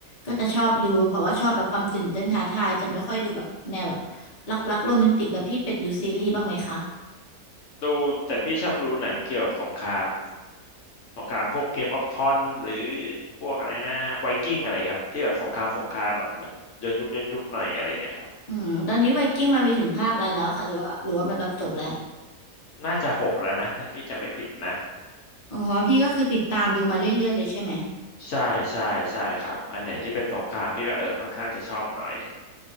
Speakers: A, on the left; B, on the left.
A: ก็จะชอบดูเพราะว่าชอบแบบความตื่นเต้นท้าทายจะไม่ค่อยดูแบบแนวแบบรักๆโรแมนติกแล้วพี่เป็ดดูซีรีส์บ้างไหมคะ
B: ดูแต่พี่ชอบดูหนังเกี่ยวกับสงครามสงครามพวกเกมออฟทอนหรือพวกอะไรนะไวกิ้งอะไรครับที่แบบสงครามสงครามแบบเหมือนย้อนยุคย้อนยุคหน่อยอะไรอย่างเงี้ยครับ
A: อืมตอนนี้ไวกิ้งมามีถึงภาคอะไรแล้วค่ะหรือว่าหรือว่ามันแบบจบแล้ว
B: น่าจะหกแล้วนะถ้าพี่จำไม่ผิดนะ
A: อ๋อพี่ก็คือติดตามดูมาเรื่อยๆเลยใช่ไหม
B: ใช่ใช่ใช่ครับอันไหนที่เป็นสงครามพี่ก็เออค่อนข้างจะชอบหน่อย